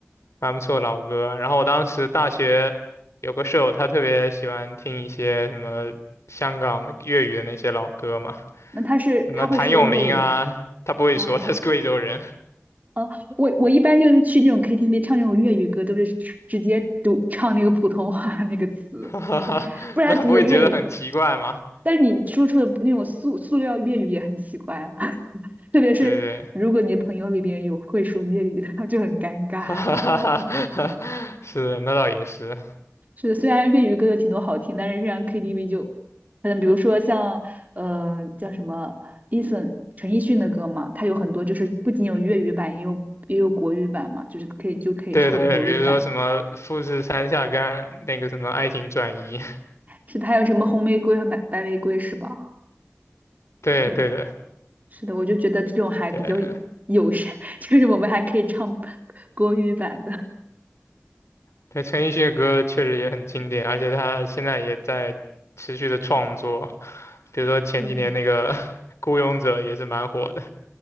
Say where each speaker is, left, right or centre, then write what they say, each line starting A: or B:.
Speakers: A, on the left; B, on the right.
A: 蛮不错的老歌。然后我当时大学有个舍友，他特别喜欢听一些什么香港的粤语的那些老歌嘛，
B: 那他是他会说粤语吗
A: 什么谭咏麟啊，他不会说他是贵州人，
B: 哦哦，我我一般就是去那种 KTV 唱那种粤语歌，都是直直接读唱那个普通话那个词。
A: <laughs> 哈哈哈那不会觉得很奇怪吗？
B: 不然读的粤语，但是你说出的那种塑塑料粤语也很奇怪啊，<laughs> 特别是如果你的朋友里边有会说粤语的，
A: 对对，
B: <laughs> 就很尴尬。
A: <laughs> 哈哈哈哈哈是，那倒也是。
B: 是的，虽然粤语歌有挺多好听，但是像 KTV 就，可能比如说像呃叫什么 Eason 陈奕迅的歌嘛，他有很多就是不仅有粤语版，也有也有国语版嘛，就是可以就可以唱国语版。
A: 对对，比如说什么富士山下干那个什么爱情转移，
B: 是他有什么红玫瑰和白白玫瑰是吧？
A: <laughs> 对对的，
B: 对。是的，我就觉得这种还比较
A: 对，
B: 友善，<laughs> 就是我们还可以唱国语版的。
A: 对，陈奕迅的歌确实也很经典，而且他现在也在持续的创作，比如说前几年那个《<laughs>
B: 是的，
A: 孤勇者》也是蛮火的。